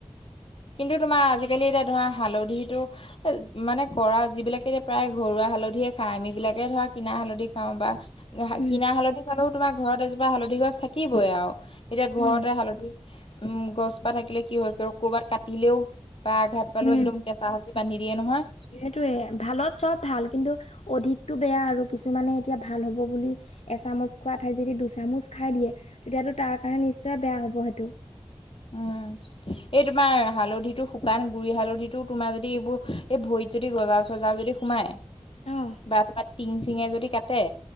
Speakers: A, on the left; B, on the left.
A: কিন্তু তোমাৰ আজিকালি এতিয়া ধৰা হালধিটো এ মানে কৰা যিবিলাকে এতিয়া প্ৰায় ঘৰুৱা হালধিয়ে খায় আম বিলাকে ধৰা কিনা হালধি খাও বা
B: উম
A: কিনা হালধি খালেও তোমাৰ ঘৰত এজোপা হালধি গছ থাকিবই আও এতিয়া ঘৰতে
B: উম
A: হালধি উম গছজোপা থাকিলে কি হয় কৰবাত কাটিলেও বা আঘাত পালেও
B: উম।
A: একদম কেঁচা হা লধি বান্ধি দিয়ে নহয়
B: সেইটোৱে ভালত চব ভাল কিন্তু অধিকতো বেয়া আৰু কিছুমানে এতিয়া ভাল হ'ব বুলি এচামুচ খোৱা ঠাইত যদি দুচামুচ খাই দিয়ে তেতিয়াতো তাৰ কাৰণে নিশ্চয় বেয়া হ'ব সেইটো <inaudible>
A: উম এই তোমাৰ হালধিতো শুকান গুৰি হালধিতো তোমাৰ যদি এইবোৰ এই ভৰিত যদি গজাল চজাল যদি সোমাই
B: অ',
A: বা তোমাৰ টিং চিঙে যদি কাটে